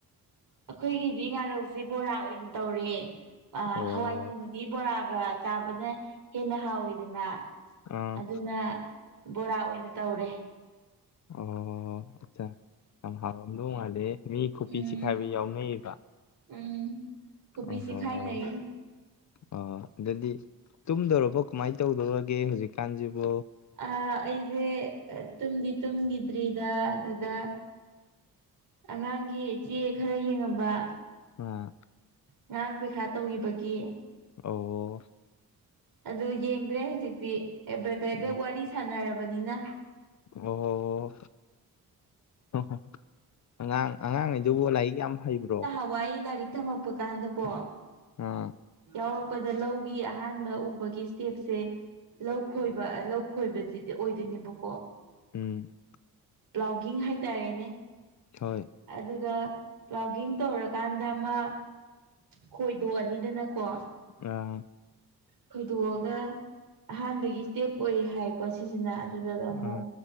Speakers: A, on the right (about 65°); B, on the left (about 50°).
A: ꯑꯩꯈꯣꯏꯒꯤꯗꯤ ꯉꯥꯔꯧꯁꯦ ꯕꯣꯔꯥ ꯑꯣꯏꯅ ꯇꯧꯔꯦ
B: ꯑꯣ
A: ꯍꯋꯥꯏ ꯊꯣꯡꯉꯗꯤ ꯕꯣꯔꯥꯒ ꯆꯥꯕꯅ ꯍꯦꯟꯅ ꯍꯥꯎꯋꯤꯗꯅ
B: ꯑꯥ
A: ꯑꯗꯨꯅ ꯕꯣꯔꯥ ꯑꯣꯏꯅ ꯇꯧꯔꯦ꯫
B: ꯑꯣ ꯑꯆꯥ ꯌꯥꯝ ꯍꯥꯎꯔꯝꯗꯣ ꯉꯥꯜꯂꯦꯍꯦ ꯃꯤ ꯈꯨꯕꯤ
A: ꯎꯝ
B: ꯆꯤꯈꯥꯏꯕ ꯌꯥꯎꯅꯩꯌꯦꯕ꯫
A: ꯎꯝ ꯈꯨꯄꯤ
B: ꯑꯣꯍꯣ
A: ꯆꯤꯛꯈꯥꯏꯅꯩꯌꯦ꯫
B: ꯑ ꯑꯗꯨꯗꯤ ꯇꯨꯝꯗꯧꯔꯕꯣ ꯀꯃꯥꯏꯅ ꯇꯧꯗꯧꯔꯒꯦ ꯍꯧꯖꯤꯛꯀꯥꯖꯤꯟꯕꯨ꯫
A: ꯑ ꯑꯩꯖꯦ ꯇꯨꯝꯗꯤ ꯇꯨꯝꯒꯤꯗ꯭ꯔꯤꯗ ꯑꯗꯨꯗ ꯑꯉꯥꯡꯒꯤ ꯆꯦ ꯈꯔ ꯌꯦꯡꯉꯝꯕ꯫
B: <unintelligible>
A: ꯉꯔꯥꯡ ꯄꯩꯈꯥ ꯇꯧꯒꯤꯕꯒꯤ꯫
B: ꯑꯣ
A: ꯑꯗꯨ ꯌꯦꯡꯗ꯭ꯔꯦ ꯍꯧꯖꯤꯛꯇꯤ ꯕ꯭ꯔꯥꯗꯔꯒ
B: ꯎꯝ
A: ꯋꯥꯔꯤ ꯁꯥꯟꯅꯔꯕꯅꯤꯅ꯫
B: ꯑꯣ <unintelligible> ꯑꯉꯥꯡ ꯑꯉꯥꯡꯉꯩꯗꯨꯕꯨ ꯂꯥꯏꯔꯤꯛ ꯌꯥꯝ ꯍꯩꯕ꯭ꯔꯣ <unintelligible>
A: ꯅꯍꯥꯋꯥꯏ ꯂꯥꯏꯔꯤꯛ ꯇꯝꯃꯛꯄ ꯀꯥꯟꯗꯀꯣ
B: ꯑꯥ
A: ꯌꯥꯎꯔꯛ ꯔꯛꯄꯗ ꯂꯧꯒꯤ ꯑꯍꯥꯟꯕ ꯎꯕꯒꯤ ꯁꯇꯦꯞꯁꯦ ꯂꯧ ꯈꯣꯏꯕ ꯂꯧ ꯈꯣꯏꯕꯖꯤꯗꯤ ꯑꯣꯏꯗꯣꯏꯅꯦꯕꯀꯣ꯫
B: ꯎꯝ꯫
A: ꯭ꯄ꯭ꯂꯥꯎꯒꯤꯡ ꯍꯥꯏꯇꯥꯔꯦꯅꯦ꯫
B: ꯍꯣꯏ꯫
A: ꯑꯗꯨꯒ ꯄ꯭ꯂꯥꯎꯒꯤꯡ ꯇꯧꯔꯀꯥꯟꯗ ꯑꯃ ꯈꯣꯏꯗꯣꯛꯑꯅꯤꯗꯅꯀꯣ꯫
B: ꯑꯥ꯫
A: ꯈꯣꯏꯗꯣꯛꯑꯒ ꯑꯍꯥꯟꯕꯒꯤ ꯏꯁꯇꯦꯞ ꯑꯣꯏ ꯍꯥꯏꯀꯣ ꯁꯤꯁꯤꯅ ꯑꯗꯨꯗꯨꯒ ꯑꯃꯨꯛ
B: ꯑꯥ